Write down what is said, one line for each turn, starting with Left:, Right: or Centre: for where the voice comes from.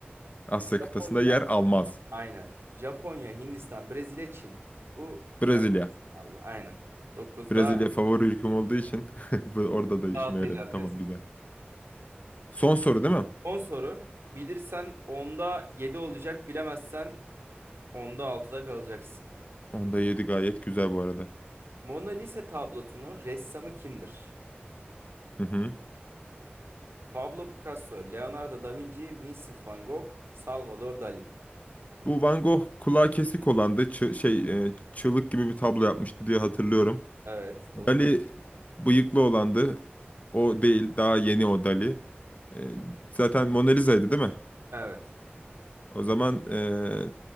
Left: Asya
Right: Japonya.
Left: kıtasında yer almaz.
Right: Aynen. Japonya, Hindistan, Brezilya, Çin. Bu biraz
Left: Brezilya.
Right: pahalı. Aynen. Dokuzda
Left: Brezilya favori ülkem olduğu için <laughs> bu- orada da işime
Right: altı
Left: yaradı.
Right: ilerleriz.
Left: Tamam güzel. Son soru değil mi?
Right: Son soru. Bilirsen onda 7 olacak, bilemezsen onda altıda kalacaksın.
Left: Onda yedi gayet güzel bu arada.
Right: Mona Lisa tablosunun ressamı kimdir?
Left: Hı hı.
Right: Pablo Picasso, Leonardo da Vinci, Vincent van Gogh, Salvador Dali.
Left: Bu Van Gogh kulağı kesik olan da çı- şey e, çığlık gibi bir tablo yapmıştı diye hatırlıyorum.
Right: Evet, doğru.
Left: Dali bıyıklı olandı. O değil. Daha yeni o Dali. Ee, zaten Mona Lisa'ydı değil mi?
Right: Evet.
Left: O zaman ee,